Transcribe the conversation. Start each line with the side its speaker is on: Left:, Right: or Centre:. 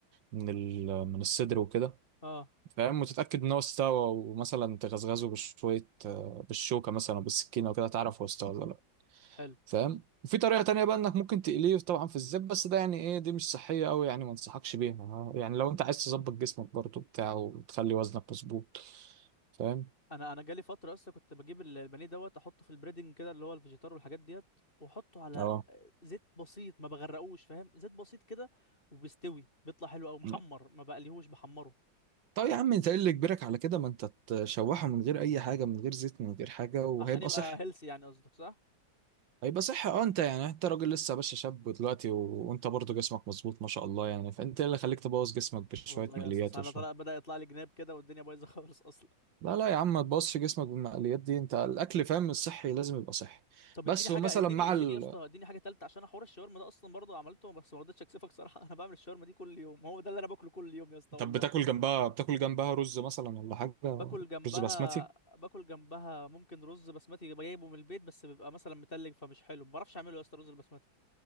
Right: من ال... من الصدر وكده
Left: اه
Right: فاهم وتتاكد ان هو استوى ومثلا تغزغزه بشويه آه، بالشوكه مثلا أو بالسكينه وكده تعرف هو استوى ولا
Left: حلو
Right: فاهم وفي طريقة تانية بقى انك ممكن تقليه طبعا في الزيت بس ده يعني ايه دي مش صحية قوي يعني ما انصحكش بيها يعني لو انت عايز تظبط جسمك برضه بتاع وتخلي وزنك مظبوط فاهم
Left: انا انا جالي فتره اصلا كنت بجيب ال- البانيه دوت احطه في البريدنج كده اللي هو الفيجيتار والحاجات ديت واحطه على
Right: اه
Left: آه، زيت بسيط ما بغرقوش فاهم زيت بسيط كده وبيستوي بيطلع حلو او محمر
Right: لا.
Left: ما بقليهوش بحمره
Right: طب يا عم انت ايه اللي يجبرك على كده ما انت تشوحه من غير اي حاجة من غير زيت من غير حاجة وهيبقى
Left: عشان يبقى
Right: صحي
Left: هيلسي يعني قصدك صح
Right: هيبقى صحي اه انت يعني انت راجل لسه يا باشا شاب دلوقتي و... وانت برضه جسمك مظبوط ما شاء الله يعني فانت ايه اللي خليك تبوظ جسمك بشوية
Left: والله يا
Right: مقليات
Left: استاذ انا
Right: وشوية
Left: طلع بدأ يطلع لي جناب كده والدنيا بايظه <laughs> خالص اصلا
Right: لا لا يا عم ما تبصش جسمك بالمقليات دي انت الاكل فاهم الصحي لازم يبقى صحي
Left: طب
Right: بس
Left: اديني حاجه
Right: ومثلا
Left: اديني
Right: مع
Left: اديني
Right: ال...
Left: يا اسطى اديني حاجه تالته عشان حوار الشاورما ده اصلا برضه عملته بس ما رضيتش اكسفك صراحه <laughs> انا بعمل الشاورما دي كل يوم هو ده اللي انا باكله كل يوم يا اسطى والله
Right: طب بتاكل جنبها بتاكل جنبها رز مثلا ولا حاجه
Left: باكل جنبها
Right: رز بسمتي
Left: باكل جنبها ممكن رز بسمتي جايبه من البيت بس بيبقى مثلا متلج فمش حلو ما بعرفش اعمله يا اسطى رز البسمتي